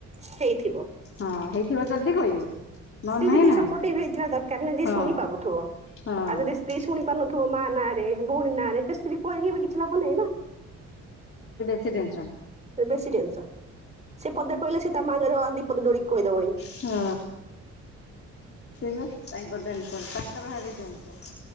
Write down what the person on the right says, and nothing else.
ହେଇଥିବ
ସ୍ତ୍ରୀ
ସେତିକି
ସପୋର୍ଟିଭ ହେଇଥିବା ଦରକାର ନା ଯିଏ
ଶୁଣି ପାରୁଥିବ,
ଆଉ ଯଦି ସ୍ତ୍ରୀ ଶୁଣି ପାରୁନଥିବ ମାଁ ନାଁରେ ଭଉଣୀ ନାଁରେ ତ ସ୍ତ୍ରୀ କୁ କହିକି ବି କିଛି ଲାଭ ନାଇଁ ନା।
ସେ ବେଶୀ ଟେନସନ। ସେ ପଦେ କହିଲେ ସେ ତା ମାଁ ଆଗରେ ଆଉ ଦି ପଦ ଯୋଡିକି କହିଦବଣି।